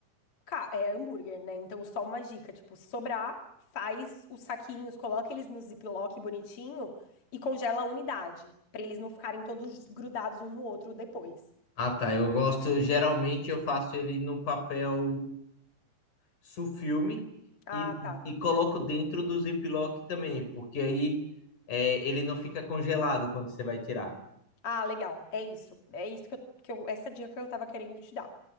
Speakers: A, on the left; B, on the left.
A: Ca- É hambúrguer, né? Então, só uma dica, tipo, se sobrar, faz os saquinhos, coloca eles no ziploc bonitinho e congela a unidade, pra eles não ficarem todos grudados um no outro depois.
B: Ah, tá, eu gosto, geralmente eu faço ele no papel sulfilme
A: Ah,
B: e,
A: tá.
B: e coloco dentro do Ziploc também, porque aí é, ele não fica congelado quando você vai tirar.
A: Ah, legal. É isso. É isso que eu, que eu- essa dica que eu tava querendo te dar.